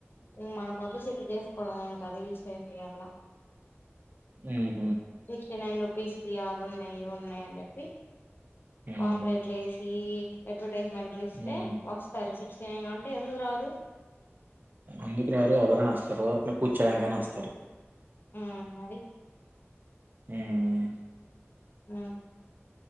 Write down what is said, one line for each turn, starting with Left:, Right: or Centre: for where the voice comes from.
Left: ఇంగ్ మనం పబ్లిసిటీ చేసుకోవడంమేంకా. రీల్స్ చేసి అట్లా
Right: నేమ్
Left: సిక్స్టీ నైన్ రూపీస్ అవి ఉన్నాయి. ఇవ్ ఉన్నాయి అని చెప్పి.
Right: ఉమ్
Left: పాంప్ట్లు ఏసి, అడ్వర్టైజ్మెంట్లు ఇస్తే,
Right: ఉమ్
Left: వస్తార్ చి అంటే ఎందుకు రారూ.
Right: ఎందుకు రారు, ఎవరైనా వస్తారు. మేం కూర్చోడానికయినా వస్తారు.
Left: ఉమ్ మరి
Right: అహ్
Left: ఆహ్